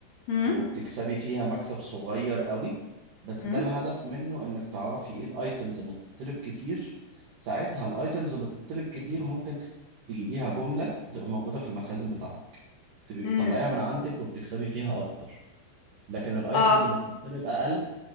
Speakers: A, on the left (about 75°); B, on the right (about 75°).
A: مم؟
B: وبتكسبي فيها مكسب صغير قوي بس
A: مم؟
B: ده الهدف منه انك تعرفي ايه الايتمز اللي بتطلب كتير ساعتها الايتمز اللي بتطلب كتير ممكن تجيبيها جملة وتبقى موجودة في المخازن بتاعتك تبقي
A: مم.
B: بتطلعيها من عندك وبتكسبي فيها اكتر لكن الايتمز
A: اه
B: اللي بتطلب اقل